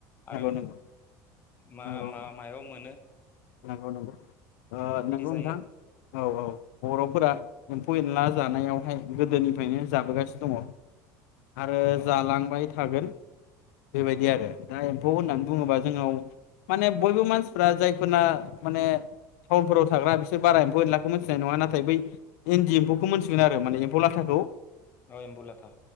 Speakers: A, on the left; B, on the left.
A: नंगौ
B: आरो
A: नंगौ
B: मा
A: नंगौ
B: मा मायाव मोन नो
A: नंगौ नंगौ नंगौ
B: जायो
A: नोंथां औ औ बर'फोरा एम्फौ एनला जानायावहाय गोदोनिफ्रायनो जाबोगासिनो दङ आरो
B: अ
A: जालांबाय थागोन बेबायदि
B: अ
A: आरो दा एम्फौ होननानै बुङोबा जोंनाव माने बयबो मानसिफ्रा जायखौ फोरना माने टाउनफोराव थाग्रा बिसोर बारा एम्फौ एनलाखौ मोनथिनाय नङा नाथाय बै इन्दि एम्फौखौ मोनथिगोन आरो माने एम्फौ लाथाखौ
B: औ एम्फौलाथा